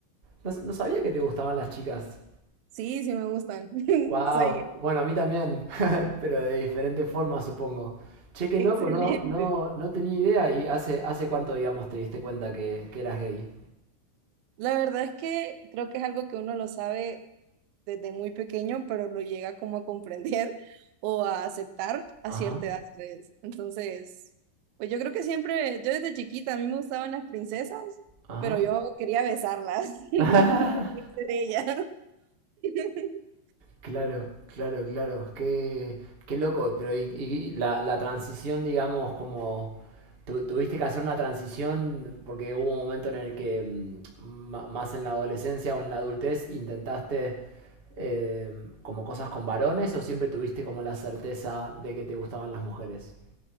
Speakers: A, on the right (about 30°); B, on the right (about 80°).
A: no, no sabía que te gustaban las chicas.
B: sí, sí me gustan. <laughs>
A: Wow,
B: Soy
A: bueno, a mí también, <laughs> pero de diferente forma, supongo. Che, qué
B: excelente.
A: loco, no, no, no tenía idea. ¿Y hace, hace cuánto, digamos, te diste cuenta que, que eras gay?
B: La verdad es que creo que es algo que uno lo sabe desde muy pequeño, pero lo llega como a comprender o a aceptar a
A: Ajá,
B: cierta edad, ¿sabes? Entonces, pues yo creo que siempre, yo desde chiquita, a mí me gustaban las princesas,
A: ajá.
B: pero yo quería besarlas.
A: <laughs>
B: <laughs> Ser ella. <laughs>
A: Claro, claro, claro. Qué, qué loco. Pero y, y la, la transición, digamos, como tu- tuviste que hacer una transición porque hubo un momento en el que mm, ma- más en la adolescencia o en la adultez intentaste eh, como cosas con varones o siempre tuviste como la certeza de que te gustaban las mujeres.